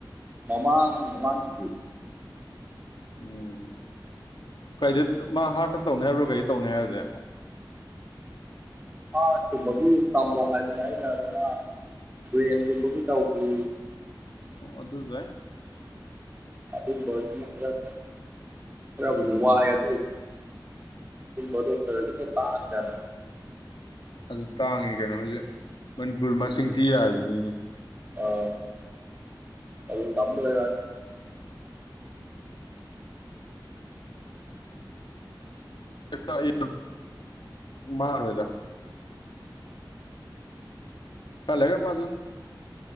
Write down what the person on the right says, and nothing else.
ꯃꯃꯥꯡ ꯃꯃꯥꯡ ꯤꯠ
ꯍꯥꯥꯔꯠ ꯀꯨꯝꯕꯒꯤ ꯇꯝꯃꯣ ꯍꯥꯏꯕꯅꯦ ꯍꯥꯏꯇꯥꯔꯗꯅ ꯕ꯭ꯔꯦꯟꯒꯨꯝꯕꯕꯨ ꯇꯧꯈꯤ
ꯑꯗꯨꯝ ꯇ ꯇꯔ ꯔꯨꯋꯥ
ꯑꯗꯨ ꯇꯔ ꯄꯥꯔꯅꯤ
ꯑꯥ ꯑꯗꯨ ꯇꯝꯕ ꯂꯥ